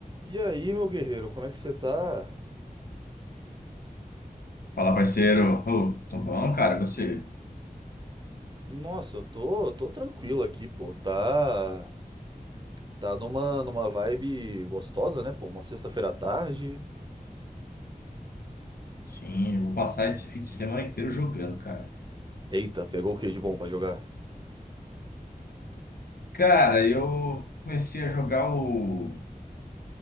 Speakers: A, on the right; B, on the left.
A: E aí, meu guerreiro, como é que você tá?
B: Fala, parceiro. Ô, tô bom, cara, você?
A: Nossa, eu tô, tô tranquilo aqui, pô. Tá, tá numa, numa vibe gostosa, né, pô? Uma sexta-feira à tarde.
B: Sim, eu vou passar esse fim de semana inteiro jogando, cara.
A: Eita, pegou o que de bom pra jogar?
B: Cara, eu comecei a jogar o...